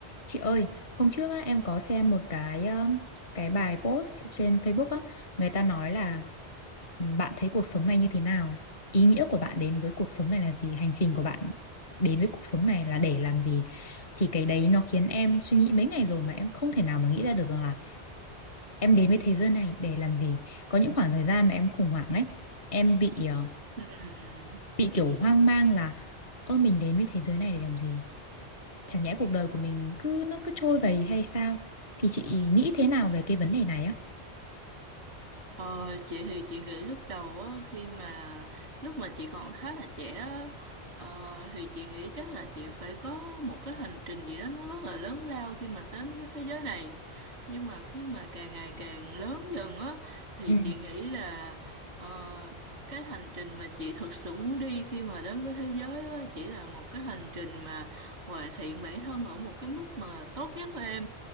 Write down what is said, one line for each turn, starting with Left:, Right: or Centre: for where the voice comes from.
Left: Chị ơi, hôm trước á, em có xem một cái um, cái bài post trên Facebook á, người ta nói là "Ừm, bạn thấy cuộc sống này như thế nào? Ý nghĩa của bạn đến với cuộc sống này là gì? Hành trình của bạn đến với cuộc sống này là để làm gì? Thì cái đấy nó khiến em suy nghĩ mấy ngày rồi mà em không thể nào mà nghĩ ra được rằng là em đến với thế giới này để làm gì. Có những khoảng thời gian mà em khủng hoảng ấy, em bị ờ,
Right: Ừm,
Left: bị kiểu hoang mang là ơ mình đến với thế giới này để làm gì? Chẳng nhẽ cuộc đời của mình cứ nó cứ trôi vầy hay sao? Thì chị nghĩ thế nào về cái vấn đề này á?
Right: Ờ, chị thì chị nghĩ lúc đầu á khi mà lúc mà chị còn khá là trẻ á, ờ, thì chị nghĩ chắc là chị phải có một cái hành trình gì đó nó rất là lớn lao khi mà đến với thế giới này nhưng mà khi mà càng ngày càng lớn dần á thì
Left: ừ
Right: chị nghĩ là ờ, cái hành trình mà chị thực sự muốn đi khi mà đến với thế giới á chỉ là một cái hành trình mà hoàn thiện bản thân ở một cái mức mà tốt nhất của em